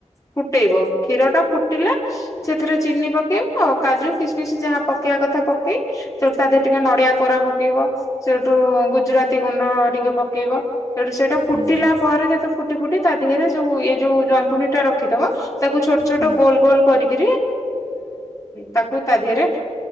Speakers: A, on the left (about 25°); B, on the right (about 45°).
A: ଫୁଟେଇବ। କ୍ଷୀର ଟା ଫୁଟିଲେ। ସେଥିରେ ଚିନି ପକେଇବ କାଜୁ, କିସମିସ୍ ଯାହା ପକେଇବା କଥା ପକେଇ- ତା ଦେହରେ ଟିକେ ନଡି଼ଆ କୋରା ପକେଇବ। ସେଇଠୁ ଗୁଜୁରାତି ଗୁଣ୍ଡ ଟିକେ ପକେଇବ। ସେଟୁ ସେଇଟା ଫୁଟିଲା
B: ହୁଁ ହୁଁ
A: ପରେ ଯେତେ ଫୁଟି ଫୁଟି ତା ଦେହରେ ଯୋଉ ଏଇ ଯୋଉ ଯନ୍ତୁଣୀ ଟା ରଖିଥବ। ତାକୁ ଛୋଟ ଛୋଟ
B: ହୁଁ
A: ଗୋଲ ଗୋଲ କରିକି। ତାକୁ ତା ଦେହରେ